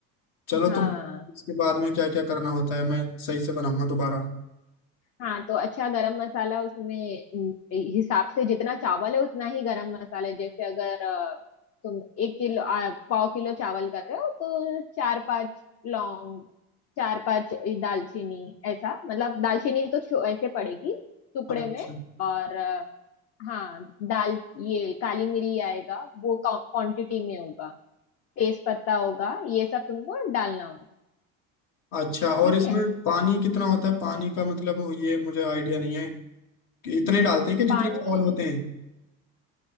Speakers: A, on the left; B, on the left.
A: चलो
B: हाँ
A: तुम इसके बाद में क्या क्या करना होता है मैं सही से बनाऊंगा दोबारा
B: हाँ तो अच्छा गरम मसाला उसमें उम, हिसाब से जितना चावल है उतना ही गरम मसाला है। जैसे अगर अ, तुम एक किलो आ, पाव किलो चावल कर रहे हो तो चार पांच लौंग चार पांच दालचीनी ऐसा मतलब दालचीनी तो छो- ऐसे पड़ेगी टुकड़े
A: अच्छा
B: में और अ, हाँ दाल ये काली मिरी आएगा वो क्वांटिटी में होगा तेज पत्ता होगा ये सब तुमको डालना होगा
A: अच्छा और
B: ठीक
A: इसमें
B: है
A: पानी कितना होता है पानी का मतलब ये मुझे आइडिया नहीं है कि इतने ही डालते हैं कि
B: पानी
A: जितने चावल होते हैं